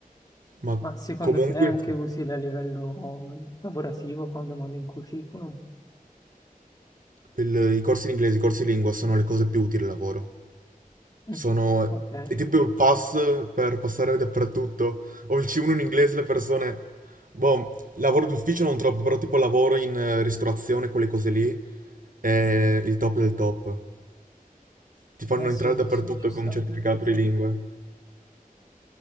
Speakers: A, on the right; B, on the left.
A: Ma
B: Ma secondo
A: comunque
B: te è anche utile a livello lavorativo quando mandi un curriculum?
A: il- i corsi di inglese, i corsi di lingua sono le cose più utili al lavoro.
B: Mm,
A: Sono...
B: Ok, eh
A: È tipo il pass per passare dappertutto. Ho il C1 in inglese, le persone... Boh, lavoro d'ufficio non troppo, però tipo lavoro in eh, ristorazione, quelle cose lì, è il top del top. Ti fanno
B: sì,
A: entrare dappertutto
B: sì, ci sta.
A: con un certificato di lingue.